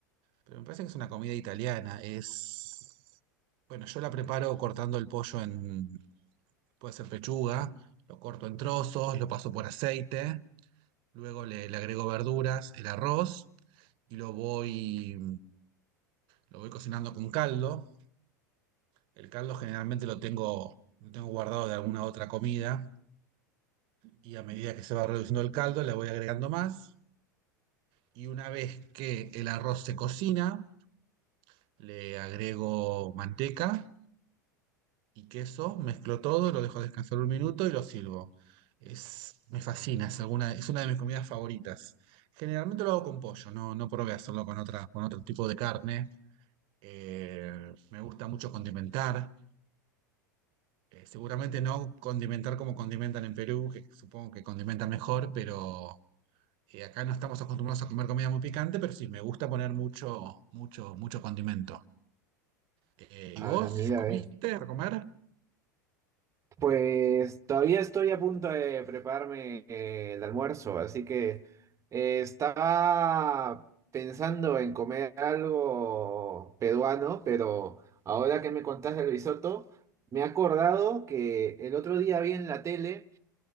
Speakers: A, on the right; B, on the right.
A: pero me parece que es una comida italiana. Es bueno, yo la preparo cortando el pollo en, Puede ser pechuga, lo corto en trozos, lo paso por aceite, luego le, le agrego verduras, el arroz y lo voy, lo voy cocinando con caldo. El caldo generalmente lo tengo, lo tengo guardado de alguna otra comida y a medida que se va reduciendo el caldo le voy agregando más. Y una vez que el arroz se cocina, le agrego manteca y queso, mezclo todo, lo dejo descansar un minuto y lo sirvo. Es, me fascina, es, alguna, es una de mis comidas favoritas. Generalmente lo hago con pollo, no, no probé hacerlo con otra, con otro tipo de carne. Eh, me gusta mucho condimentar. Eh, seguramente no condimentar como condimentan en Perú, que supongo que condimentan mejor, pero eh, acá no estamos acostumbrados a comer comida muy picante, pero sí, me gusta poner mucho, mucho, mucho condimento. Eh,
B: Ah,
A: ¿y vos
B: mira,
A: comiste
B: eh.
A: para comer?
B: Pues todavía estoy a punto de prepararme eh, el almuerzo, así que eh, estaba pensando en comer algo peruano, pero ahora que me contaste el risotto, me he acordado que el otro día vi en la tele